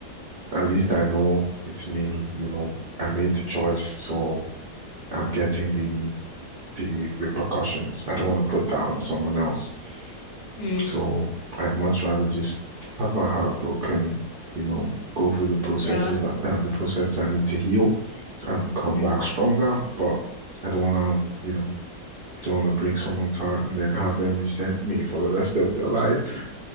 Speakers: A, on the right; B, on the left.
A: at least I know it's me. You know, I made the choice, so I'm getting the the repercussions. I don't want to put that on someone else.
B: Mm,
A: So I'd much rather just have my heart broken, you know, go through the process
B: yeah.
A: if I, um, the process I need to heal and come
B: Mhm.
A: back stronger. But I don't want to, you know, don't want to break someone's heart and then have them resent me for the rest of their lives.